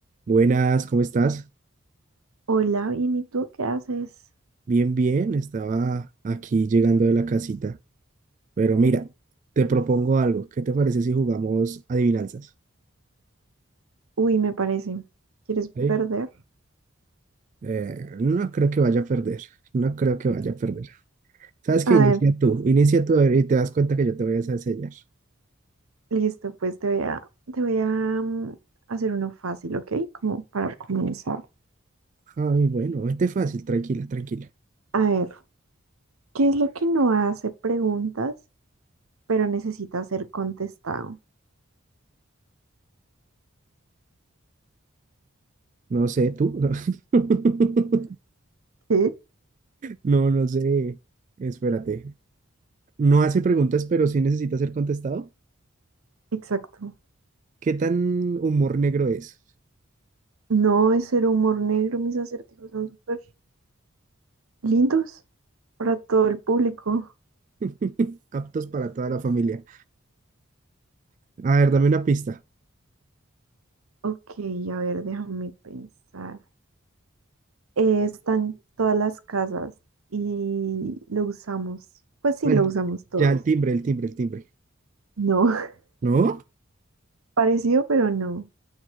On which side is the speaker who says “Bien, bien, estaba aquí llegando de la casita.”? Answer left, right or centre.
Right